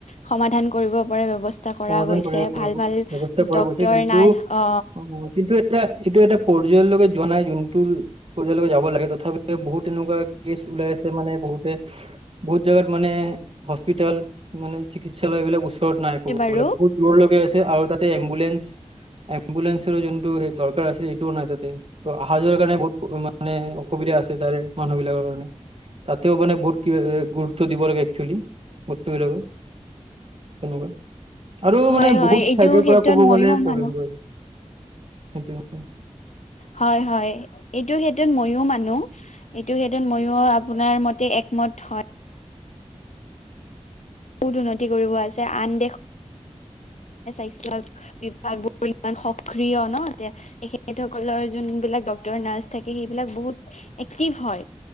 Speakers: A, on the left; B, on the right.
A: সমাধান কৰিব পাৰে ব্যৱস্থা কৰা
B: সমাধান
A: গৈছে
B: কৰিব
A: ভাল ভাল
B: ব্যৱস্থা কৰাৈ
A: ডক্তৰ
B: হৈছে, কিন্তু
A: নাৰ্ছ অ
B: অ কিন্তু এ এইটো এটা পৰ্যায়লৈকে যোৱা নাই, যোনটো পৰ্যায়লৈকে যাব লাগে তথাপি বহুত এনেকুৱা কে ওলাই আছে মানে বহুতে বহুত জাগাত মানে হস্পিতাল, মানে চিকিৎসালয় এইবিলাক ওচৰত মানে
A: বাৰু
B: বহুত দৰলৈ লগে আছে আৰু তাতে এম্বুলেন্ঞ্চ এম্বুলেসৰো যোনটো সেই দৰকাৰ আছিল এইটোও নাই তাতে ত অহা যোৱাৰ কাৰণে ব মানে অসুবিধা আছে তাৰে মানুহ বিলাকৰ কাৰণে। তাতেও মানে বহুত গুৰুত্ব দিব লাগে একচোৱেলি বস্তুবিলাকৰ। তেনেকুৱা আৰু
A: হয়
B: মানে
A: হয়
B: বহুত
A: এইটো
B: চাইডৰ
A: ক্ষেত্ৰত
B: পৰা ক'ব
A: ময়ো
B: গ'লে প্ৰব্লেম
A: মানুহ
B: আৰু সেইটো
A: হয় হয়। এইটো ক্ষেত্ৰত মইো মানো এইটো ক্ষেত্ৰত ময়ো আপোনাৰ মতে একমত হয় বহুত উন্নতি কৰিব আছে আন দেশ স্বাস্থ্য বিভাগ বোৰ ইমান সক্ৰিয় ন এ তেখ সকলৰ যোন বিলাক ডক্তৰ নাৰ্ছ থাকে সেইবিলাক বহুত এক্টিভ হয়।